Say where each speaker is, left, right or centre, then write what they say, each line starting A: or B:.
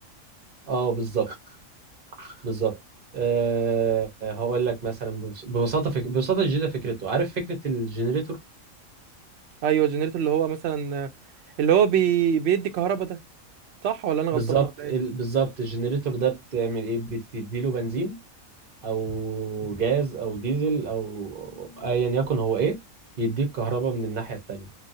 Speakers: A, on the right (about 40°); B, on the right (about 60°).
A: اه بالظبط بالظبط أه هقول لك مثلا ببس- ببساطه فك... ببساطه جدا فكرته عارف فكره الجنريتور
B: ايوه الجنريتور اللي هو مثلا اللي هو بي... بيدي كهرباء ده صح ولا انا
A: بالظبط
B: غلطان ولا
A: ال...
B: ايه؟
A: بالظبط الجنريتور ده بتعمل ايه بتديله بنزين او جاز او ديزل او ايا يكن هو ايه يديك كهرباء من الناحيه التانيه